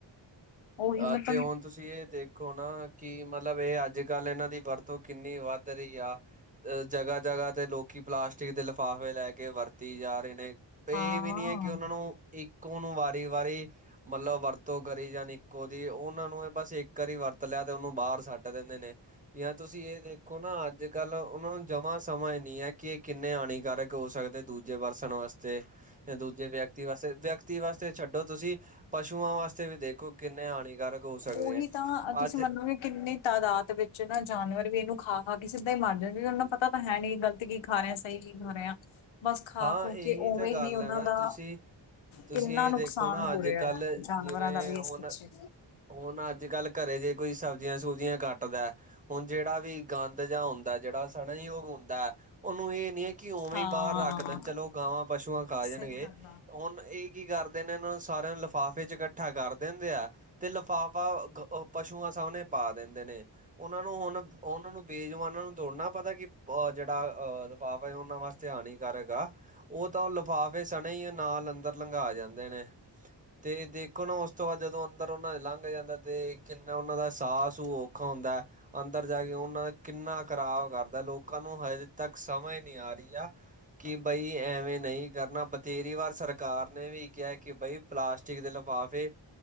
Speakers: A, on the left; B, on the right.
A: ਉਹੀ
B: ਅ
A: ਮਤਲਬ
B: ਤੇ ਹੁਣ ਤੁਸੀਂ ਇਹ ਦੇਖੋ ਨਾ ਕਿ ਮਤਲਬ ਇਹ ਅੱਜ ਕੱਲ੍ਹ ਇਹਨਾਂ ਦੀ ਵਰਤੋਂ ਕਿੰਨੀ ਵੱਧ ਰਹੀ ਆ ਅ ਜਗ੍ਹਾ ਜਗ੍ਹਾ ਤੇ ਲੋਕੀ ਪਲਾਸਟਿਕ ਦੇ ਲਿਫ਼ਾਫੇ ਲੈ ਕੇ ਵਰਤੀ ਜਾ ਰਹੇ ਨੇ ਇਹ
A: ਹਾਂ
B: ਵੀ
A: ਹਾਂ
B: ਨੀ ਹੈ ਕਿ ਉਹਨਾਂ ਨੂੰ ਇੱਕ ਨੋ ਨੂੰ ਵਾਰੀ ਵਾਰੀ ਮਤਲਬ ਵਰਤੋਂ ਕਰੀ ਜਾਾਨ ਇੱਕੋ ਦੀ ਉਹਨ ਉਹਨਾਂ ਨੂੰ ਬਸ ਇੱਕ ਵਾਰੀ ਵਰਤ ਲਿਆ ਤੇ ਉਹਨੂੰ ਬਾਹਰ ਸੱਟ ਦਿੰਦੇ ਨੇ ਜਾਂ ਤੁਸੀਂ ਇਹ ਦੇਖ ਦੇੋ ਨਾ ਅੱਜ ਕੱਲ੍ਹ ਉਹਨਾਂ ਨੂੰ ਜਮਾਂ ਸਮਝ ਨਹੀਂ ਹੈ ਕਿ ਇਹ ਕਿੰਨੇ ਹਾਨੀਕਾਰਕ ਹੋ ਸਕਦੇ ਦੂਜੇ ਪਰਸਨ ਵਾਸਤੇ ਜਾਂ ਦੂਜੇ ਵਿਅਕਤੀ ਵਾਸਤੇ ਵਿਅਕਤੀ ਵਾਸਤੇ ਛੱਡੋ ਤੁਸੀਂ ਪਸੂਆਂ ਵਾਸਤੇ ਵੀ ਦੇਖੋ ਕਿੰਨੇ ਹਾਨੀਕਾਰਕ ਹੋ ਸਕਦੇ
A: ਉਹੀ
B: ਆ
A: ਤਾਂ ਤੁਸੀਂ
B: ਅੱਜ
A: ਮਨੋ ਵੀ ਕਿੰਨੀ ਤਾਦਾਦ ਵਿੱਚ ਨਾ ਜਾਨਵਰ ਵੀ ਇਹਨੂੰ ਖਾ ਖਾ ਕੇ ਸਿੱਧਾ ਹੀ ਮਰ ਜਾ ਉਹਨਾ ਪਤਾ ਪਤਾ ਤਾਂ ਹੈ ਨ ਨਹੀਂ ਗਲਤ ਕੀ ਖਾ ਰਿਹਾ ਸਹੀ ਕੀ ਖਾ ਰਿਹੇ ਹਾ ਬਸ ਖਾ
B: ਹਾਂ
A: ਖੋ
B: ਇਹੀ
A: ਕੇ ਉਵੇਂ
B: ਤਾਂ ਗੱਲ
A: ਹੀ ਉਹਨਾਂ
B: ਹੈ ਨਾ
A: ਦਾ
B: ਤੁਸੀਂ ਤੁਸੀਂ
A: ਕਿੰਨਾ
B: ਇਹ
A: ਨੁਕਸਾਨ
B: ਦੇਖੋ ਨਾ
A: ਹੋ
B: ਅੱਜ
A: ਰਿਹਾ
B: ਕੱਲ੍ਹ
A: ਜਾਨਵਰਾਂ
B: ਜਿਵੇਂ
A: ਦਾ ਵੀ
B: ਹੁਣ
A: ਇਸ ਪਿੱਛੇ
B: ਹੁਣ ਅੱਜ ਕੱਲ ਘਰੇ ਜੇ ਕੋਈ ਸਬਜ਼ੀਆਂ ਸਬਜ਼ੀਆਂ ਕੱਟਦਾ ਹੁਣ ਜਿਹੜਾ ਵੀ ਗੰਦ ਜਿਹਾ ਹੁੰਦਾ ਜਿਹੜਾ ਸੜਨਯੋਗ ਹੁੰਦਾ ਹੈ ਉਹਨੂੰ ਇਹ ਨੀ ਹੈ ਕਿ ਉਵੇਂ
A: ਹਾਂ
B: ਹੀ ਬਾਹਰ ਰੱਖ ਦੇਣ ਚਲੋ ਗਾਵਾਂ ਪਸੂਆਂ ਖਾ
A: ਸਹੀ
B: ਜਾਣਗੇ
A: ਗੱਲ ਆ
B: ਉਹਨ ਇਹ ਕੀ ਕਰਦੇ ਨੇ ਇਹਨਾਂ ਨੂੰ ਸਾਰਿਆਂ ਨੂੰ ਲਿਫਾਫੇ ਚ ਇਕੱਠਾ ਕਰ ਦਿੰਦੇ ਆ ਅਤੇ ਲਿਫਾਫਾ ਗ ਪਸ਼ੂਆਂ ਸਾਹਮਣੇ ਪਾ ਦਿੰਦੇ ਨੇ ਉਹਨਾਂ ਨੂੰ ਹੁਣ ਉਹਨਾਂ ਨੂੰ ਬੇਜੁਬਾਨਾਂ ਨੂੰ ਦੜਨਾ ਪਤਾ ਕਿ ਜਿਹੜਾ ਅਹ ਦਬਾਵ ਹੈ ਉਹਨਾਂ ਵਾਸਤੇ ਆਉਣੀ ਕਰੇਗਾ ਉਹ ਤਾਂ ਉਹ ਲਿਫਾਫੇ ਸਣੇ ਹੀ ਨਾਲ ਅੰਦਰ ਲੰਘਾ ਜਾਂਦੇ ਨੇ ਅਤੇ ਦੇਖੋ ਨਾ ਉਸ ਤੋਂ ਬਾਅਦ ਜਦੋਂ ਅੰਦਰ ਉਹਨਾਂ ਲੰਘ ਜਾਂਦਾ ਅਤੇ ਕਿੰਨਾ ਉਹਨਾਂ ਦਾ ਸਾਹ ਸੂ ਔਖਾ ਹੁੰਦਾ ਅੰਦਰ ਜਾ ਕੇ ਉਹਨਾਂ ਕਿੰਨਾ ਖਰਾਬ ਕਰਦਾ ਲੋਕਾਂ ਨੂੰ ਹਜੇ ਤੱਕ ਸਮਝ ਨਹੀਂ ਆ ਰਹੀ ਆ ਕਿ ਬਈ ਐਵੇਂ ਨਹੀਂ ਕਰਨਾ ਬਥੇਰੀ ਵਾਰ ਸਰਕਾਰ ਨੇ ਵੀ ਕਿਹਾ ਕਿ ਬਈ ਪਲਾਸਟਿਕ ਦੇ ਲਿਫਾਫੇ